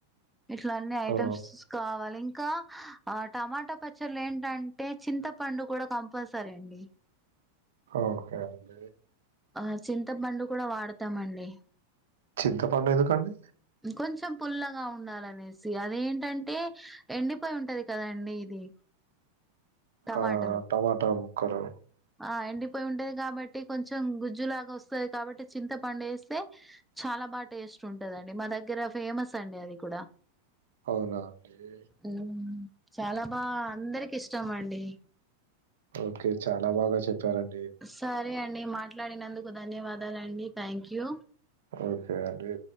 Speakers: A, in the centre; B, on the right (about 60°).
A: ఇట్లఅన్ని ఐటమ్స్
B: అవును.
A: కావాలి ఇంకా ఆ టమాటా పచ్చళ్ళ ఏంటంటే చింతపండు కూడా కంపల్సరీ అండి.
B: ఓకే అండి
A: ఆ చింతపండు కూడా వాడతామండి.
B: చింతపండు ఎందుకండి.
A: కొంచెం పుల్లగా ఉండాలనేసి అది ఏంటంటే ఎండిపోయి ఉంటది కదండి ఇది. టమాటలు
B: ఆ టమాటాము. కలు.
A: ఆ ఎండిపోయి ఉంటది కాబట్టి కొంచెం గుజ్జులాగా వస్తది కాబట్టి చింతపండు ఏస్తే చాలా బాగా టేస్ట్ ఉంటదండి మా దగ్గర ఫేమస్ అండి అది కూడా.
B: అవునా అండి
A: ఉమ్ చాలా బా అందరికి ఇష్టం అం. డి
B: ఓకే చాలా బాగా చెప్పారం
A: సరే అండి మాట్లాడినందుకు ధన్యవాదాల అండి థ్యాంక్ యూ
B: ఓకే అండి.